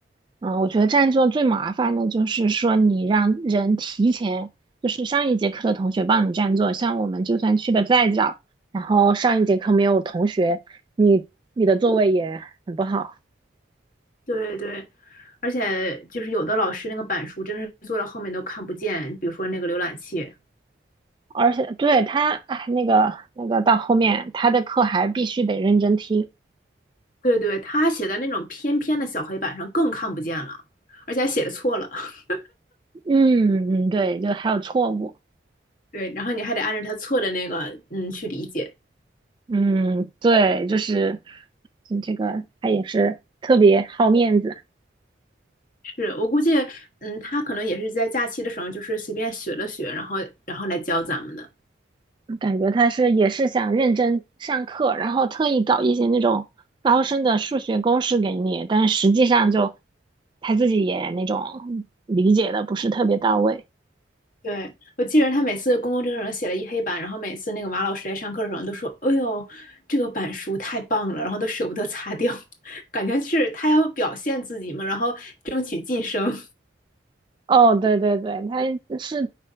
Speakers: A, on the right; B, on the left.
A: 嗯，我觉得占座最麻烦的就是说，你让人提前，就是上一节课的同学帮你占座，像我们就算去的再早，然后上一节课没有同学，你你的座位也很不好。
B: 对对，而且就是有的老师那个板书真的是做到后面都看不见，比如说那个浏览器，
A: 而且对他，哎，那个那个到后面他的课还必须得认真听，
B: 对对，他写在那种偏偏的小黑板上更看不见了，而且还写的错了。<laughs>
A: 嗯嗯，对，就还有错误，
B: 对，然后你还得按照他错的那个嗯去理解。
A: 嗯，对，就是嗯这个他也是特别好面子，
B: 是我估计，嗯，他可能也是在假期的时候，就是随便学了学，然后然后来教咱们的。
A: 感觉他是也是想认真上课，然后特意搞一些那种高深的数学公式给你，但实际上就他自己也那种理解的不是特别到位。
B: 对，我记得他每次公共政策写了一黑板，然后每次那个马老师来上课的时候都说：“哎呦，这个板书太棒了！”然后都舍不得擦掉，<laughs> 感觉是他要表现自己嘛，然后争取晋升。
A: 哦，对对对，他是